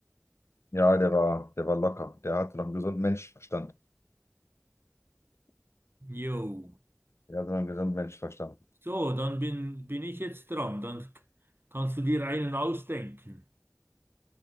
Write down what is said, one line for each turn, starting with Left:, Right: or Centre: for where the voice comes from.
Left: ja, der war, der war locker. Der hatte noch einen gesunden Menschenverstand.
Right: Jo.
Left: Der hatte noch einen gesunden Menschenverstand.
Right: So, dann bin, bin ich jetzt dran. Dann k- kannst du dir einen ausdenken.